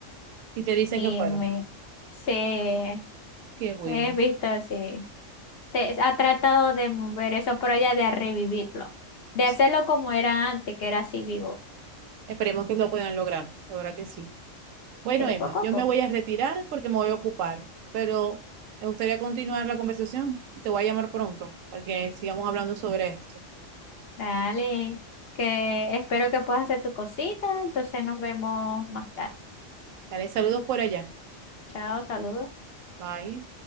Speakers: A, on the right (about 85°); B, on the left (about 55°).
A: y te dicen
B: y
A: que fueron.
B: me, se,
A: Qué bueno.
B: he visto, sí, se ha tratado de mover eso por allá, de revivirlo, de
A: sí.
B: hacerlo como era antes, que era así vivo,
A: Esperemos que lo puedan lograr, de verdad que sí. Bueno,
B: de
A: Emma,
B: poco a
A: yo
B: poco.
A: me voy a retirar porque me voy a ocupar, pero me gustaría continuar la conversación y te voy a llamar pronto para que sigamos hablando sobre esto.
B: Dale, que espero que puedas hacer tu cosita, entonces nos vemos más tarde.
A: Dale saludos por allá.
B: Chao, saludos.
A: Bye.